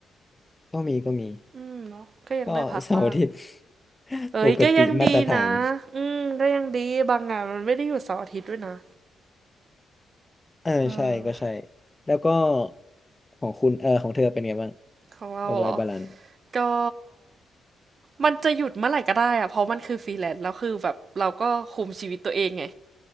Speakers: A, on the left; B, on the right.
A: ก็มีก็มี
B: อืมเนาะก็ยังได้พักบ้าง
A: ก็เสาร์อาทิตย์ <laughs>
B: เอ้ยก็ยังดีนะอืมก็ยังดีบางงานมันไม่ได้หยุดเสาร์อาทิตย์ด้วยนะ
A: ปกติมาตรฐานเออใช่ก็ใช่
B: เออ
A: แล้วก็ของคุณเออของเธอเป็นไงบ้าง
B: ของเราเหรอ
A: ออกไลน์บาลานซ์
B: ก็มันจะหยุดเมื่อไหร่ก็ได้อะเพราะมันคือฟรีแลนซ์แล้วคือแบบเราก็คุมชีวิตตัวเองไง